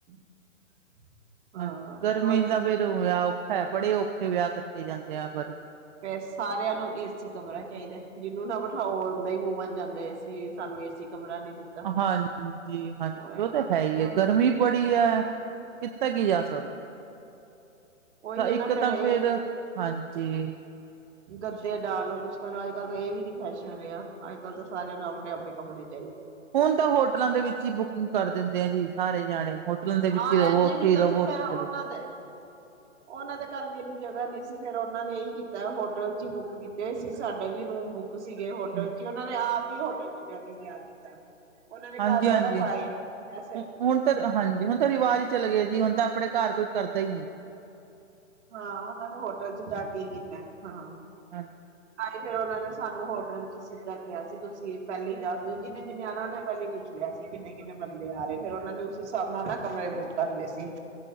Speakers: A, on the right; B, on the right.
A: <unintelligible> ਹਾਂ
B: ਹੂੰ,
A: ਫਿਰ
B: ਗਰਮੀ
A: ਉਹੀ
B: ਚ
A: ਹੈ
B: ਤਾਂ ਫੇਰ ਵਿਆਹ ਔਖਾ ਬੜੇ ਔਖੇ ਵਿਆਹ ਕੱਟੇ ਜਾਂਦੇ ਆ ਗਰਮੀ
A: ਫਿਰ ਸਾਰਿਆਂ ਨੂੰ ਏ ਸੀ, ਕਮਰਾ ਚਾਹੀਦਾ ਜਿਹਨੂੰ ਨਾ ਬਿਠਾਓ ਉਹਦਾ ਹੀ ਮੂੰਹ ਬਣ ਜਾਂਦਾ ਏਸੀ ਸਾਨੂੰ ਏਸੀ ਕਮਰਾ ਨੀ ਦਿੱਤਾ
B: ਹਾਂਜੀ ਹਾਂਜੀ,
A: ਉਹੀ
B: ਉਹ
A: ਨਾ
B: ਤਾਂ ਹੈਈ
A: ਹਮ
B: ਐ ਗਰਮੀ ਬੜੀ ਐ। <unintelligible> ਜਾ ਸਕਦਾ
A: ਉਹੀ
B: ਤਾਂ ਇੱਕ
A: ਹੈ ਨਾ
B: ਤਾਂ
A: ਇਹ
B: ਫੇਰ ਹਾਂਜੀ
A: ਗੱਦੇ ਡਾਲੋ ਕੁੱਛ ਕਰੋ ਅੱਜ ਕੱਲ ਤਾਂ ਇਹ ਵੀ ਨੀ ਫੈਸ਼ਨ ਰਿਹਾ ਅੱਜ ਕੱਲ ਤਾਂ ਸਾਰਿਆਂ ਨੂੰ ਆਪਣੇ ਆਪਣੇ ਕਮਰੇ ਚ
B: ਹੁਣ ਤਾਂ ਹੋਟਲਾਂ, ਦੇ ਵਿੱਚ ਹੀ ਬੁਕਿੰਗ ਕਰ ਦਿੰਦੇ ਆ ਜੀ ਸਾਰੇ ਜਾਣੇ। ਹੋਟਲਾਂ ਦੇ ਵਿੱਚ
A: ਹਾਂ
B: ਰਵੋ
A: ਐਂਜ
B: ਉੱਥੇ
A: ਹੀ ਕੀਤਾ
B: ਰਵੋ
A: ਸੀ, ਫਿਰ
B: ਉੱਥੇ
A: ਉਹਨਾਂ
B: ਚਲੇ
A: ਦੇ ਉਹਨਾਂ ਦੇ ਘਰ ਵੀ ਇਨੀ ਜਗ੍ਹਾ ਨਹੀਂ ਸੀ। ਫਿਰ, ਉਹਨਾ ਨੇ ਇਹੀ ਕੀਤਾ ਹੋਟਲ ਚ ਹੀ ਬੁੱਕ ਕੀਤੇ ਸੀ, ਸਾਡੇ ਵੀ ਰੂਮ ਬੁੱਕ ਸੀ ਗੇ ਹੋਟਲ
B: ਜਾਓ
A: ਚ, ਉਹਨਾਂ ਨੇ ਆਪ ਹੀ ਹੋਟਲ ਚ ਜਾ ਕੇ ਵਿਆਹ ਕੀਤਾ। ਉਹਨਾਂ ਨੇ
B: ਹਾਂਜੀ
A: ਘਰ
B: ਹਾਂਜੀ
A: ਦਾ ਨਾ ਪਾਏ ਵੈਸੇ
B: ਹੁ ਹੁਣ ਤਾਂ ਹੁਣ ਤਾਂ ਰਿਵਾਜ਼ ਚਲੇ ਗਿਆ ਜੀ, ਹੁਣ ਤਾਂ ਆਪਣੇ ਘਰ ਕੋਈ ਕਰਦਾ ਹੀ ਨਹੀਂ
A: ਹਾਂ, ਉਹਨਾਂ ਨੇ ਹੋਟਲ ਚ ਜਾ ਕੇ ਹੀ ਕੀਤਾ। ਹਾਂ।
B: ਹਮ
A: ਫਿਰ, ਉਹਨਾਂ ਨੇ ਸਾਨੂੰ ਹੋਟਲ ਚ ਹੀ ਸਿੱਧਾ ਕਿਹਾ ਸੀ, ਤੁਸੀਂ ਪਹਿਲੇ ਹੀ ਦੱਸ ਦਿਓ, ਜਿੰਨੇ- ਜਿੰਨੇ ਆਨਾ ਉਹਨਾਂ ਨੇ ਪਹਿਲੇ ਹੀ ਪੁੱਛ ਲਿਆ ਸੀ। ਕਿੰਨੇ- ਕਿੰਨੇ ਬੰਦੇ ਆ ਰਹੇ, ਫਿਰ ਉਹਨਾ ਨੇ ਉਸ ਹਿਸਾਬ ਨਾਲ ਨਾ ਕਮਰੇ ਬੁੱਕ ਕਰ ਲਏ ਸੀ